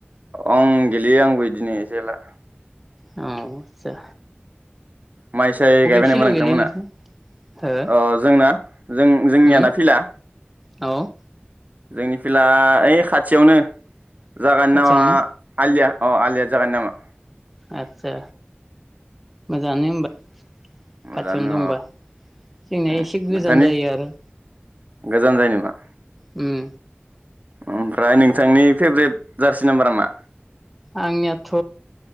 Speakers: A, on the right; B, in the centre.
A: ओं गेलेयो आंबो बिदिनो एसे एला,
B: उम सा
A: माइ-साय गायबाय
B: फिल्डआव
A: नोंथांमोना?
B: गेलेयो नोंसोर हो
A: अ जोंना जों जोंनियाना
B: उम
A: फिला
B: औ
A: जोंनि फिला ओइ खाथियावनो जागानि
B: खाथियावनो
A: नामा आलिया अ आलिया जागानि नामा।
B: आदसा मो जाङानो होनबा खाथियावनो
A: जानो
B: दंबा जोंनिया
A: अ
B: एसे गोजान
A: नोंथांनि
B: जायो आरो
A: गोजान जायो नामा?
B: ओम
A: ओमफ्राय नोंथांनि फेभरेट जार्सि नाम्बारा मा?
B: आंनियाथ